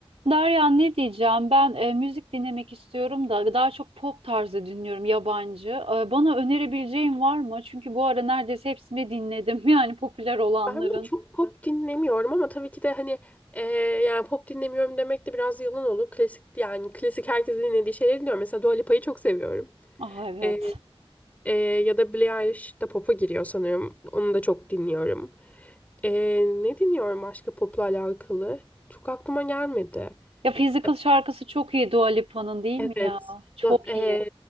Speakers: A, on the right; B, on the left.
A: Derya ne diyeceğim? Ben e, müzik dinlemek istiyorum da daha çok pop tarzı dinliyorum yabancı. E, bana önerebileceğin var mı? Çünkü bu ara neredeyse hepsini dinledim. <laughs> Yani popüler olanların.
B: Ben de çok pop dinlemiyorum ama tabii ki de hani e, yani pop dinlemiyorum demek de biraz yalan olur. Klasik yani klasik herkesin dinlediği şeyleri dinliyorum. Mesela Dua Lipa'yı çok seviyorum.
A: Ah evet.
B: E, e, ya da Billie Eilish de pop'a giriyor sanırım. Onu da çok dinliyorum. E, ne dinliyorum başka pop'la alakalı? Çok aklıma gelmedi.
A: Ya Physical
B: E,
A: şarkısı çok iyi Dua Lipa'nın değil
B: evet.
A: mi ya? Çok
B: No- e,
A: iyi.